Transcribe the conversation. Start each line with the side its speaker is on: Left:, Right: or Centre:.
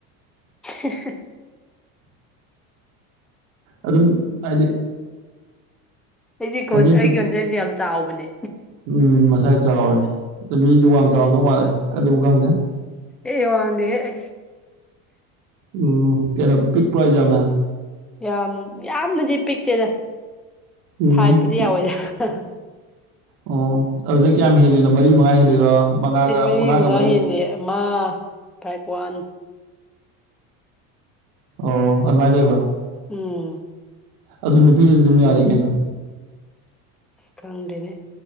Centre: <inaudible>
Right: ꯑꯗꯨꯝ ꯍꯥꯏꯗꯤ
Centre: ꯑꯩꯗꯤ
Right: ꯈꯣꯟꯖꯦꯜ
Centre: ꯈꯣꯟ ꯑꯩꯒꯤ
Right: ꯄꯤꯛ
Centre: ꯈꯣꯟꯖꯦꯜꯁꯦ ꯌꯥꯝ ꯆꯥꯎꯕꯅꯦ
Right: ꯎꯝ ꯃꯁꯥꯏ ꯆꯥꯎꯋꯦ ꯑꯗ ꯃꯤꯁꯨ ꯋꯥꯡ ꯆꯥꯎꯔꯝꯗꯧ ꯃꯥꯜꯂꯦ ꯑꯗꯨꯕꯨ ꯈꯪꯗꯦ
Centre: ꯑꯦ ꯋꯥꯡꯗꯦꯍꯦ ꯑꯩꯁ
Right: ꯑꯣ ꯀꯩꯅꯣ ꯄꯤꯛꯄꯔꯣ ꯍꯥꯏꯁꯦ ꯌꯥꯝꯅ
Centre: ꯌꯥꯝ ꯌꯥꯝꯅꯗꯤ ꯄꯤꯛꯇꯦꯗ
Right: ꯎꯝ
Centre: ꯐꯥꯏꯠꯄꯨꯗꯤ ꯌꯥꯎꯋꯦꯗ <unintelligible>
Right: ꯑꯣ ꯑꯗꯨꯗ ꯀꯌꯥꯝ ꯍꯦꯜꯂꯤꯅꯣ ꯃꯔꯤ ꯃꯉꯥ ꯍꯦꯜꯂꯤꯔꯣ ꯃꯉꯥꯒ
Centre: ꯑꯦꯁ ꯃꯔꯤ
Right: ꯃꯉꯥꯒ
Centre: ꯃꯨꯉꯥ
Right: ꯃꯔꯤꯃꯨꯛ
Centre: ꯍꯦꯟꯗꯦ ꯑꯃ ꯐꯥꯏ꯭ꯕ ꯋꯥꯟ
Right: ꯑꯣ ꯑꯗꯨꯃꯥꯏ ꯂꯩꯕ
Centre: ꯎꯝ
Right: ꯑꯗꯨ ꯅꯨꯄꯤꯗꯨꯗꯤ ꯑꯗꯨꯝ ꯌꯥꯔꯦ ꯀꯩꯅꯣ
Centre: ꯈꯪꯗꯦꯅꯦ